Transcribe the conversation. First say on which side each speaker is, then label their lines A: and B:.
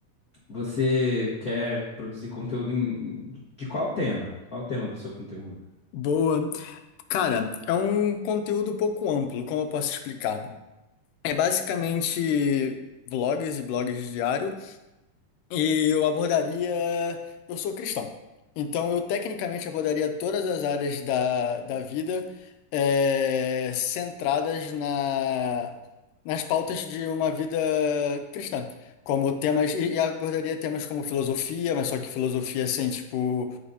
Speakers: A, on the left; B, on the left.
A: você quer produzir conteúdo em, de qual tema? Qual o tema do seu conteúdo?
B: Boa. Cara, é um conteúdo um pouco amplo, como eu posso explicar? É basicamente vlogs e blogs diário, e eu abordaria. Eu sou cristão, então eu tecnicamente abordaria todas as áreas da, da vida eh, centradas na, nas pautas de uma vida cristã, como temas, e e abordaria temas como filosofia, mas só que filosofia assim, tipo.